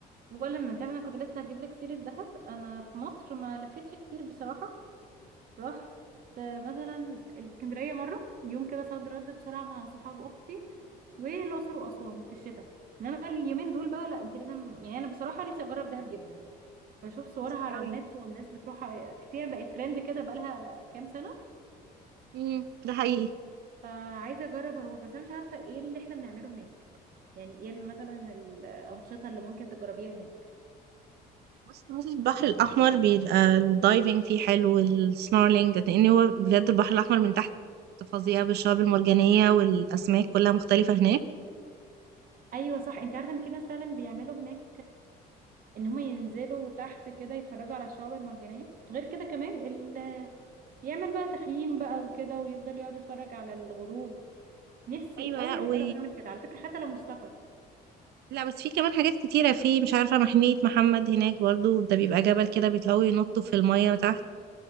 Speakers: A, on the right (about 55°); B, on the right (about 75°).
A: ولا ما انت عارفه انا كنت لسه هجيب لك سيره دهب انا في مصر ما لفتش كتير بصراحه رحت آه، مثلا الاسكندريه مره يوم كده صد رد بسرعه مع صحاب اختي والاقصر واسوان في الشتاء انما اليومين دول بقى لا انت لازم يعني انا بصراحه نفسي اجرب دهب جدا بشوف صورها
B: نفسي
A: على
B: أوي
A: النت والناس بتروحها تحسيها بقت ترند كده بقالها كام سنه
B: مم. ده حقيقي
A: فعايزه اجرب اروح بس انا مش عارفه ايه اللي احنا بنعمله هناك يعني ايه ال- مثلا الانشطه اللي ممكن تجربيها هناك
B: بصي بصي البحر الأحمر بيبقى الدايفنج فيه حلو والسنورلينج لأن هو بجد البحر الأحمر من تحت فظيع بالشعاب المرجانية والأسماك كلها مختلفة هناك
A: ايوه صح انت عارفه ان في ناس فعلا بيعملوا هناك ان هم ينزلوا تحت كده يتفرجوا على الشعاب المرجانيه غير كده كمان ال... يعمل بقى تخييم بقى وكده ويفضل يقعد يتفرج على الغروب نفسي
B: أيوة
A: قوي
B: لا و...
A: اجرب اعمل كده على فكره حتى لو مش سفر
B: لا بس في كمان حاجات كتيرة في مش عارفة محمية محمد هناك برضو ده بيبقى جبل كده بيطلعوا ينطوا في المية تحت